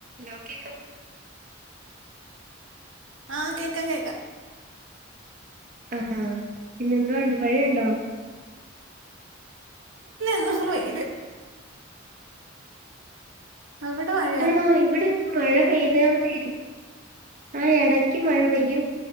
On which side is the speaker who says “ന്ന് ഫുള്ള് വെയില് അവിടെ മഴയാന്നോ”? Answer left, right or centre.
Right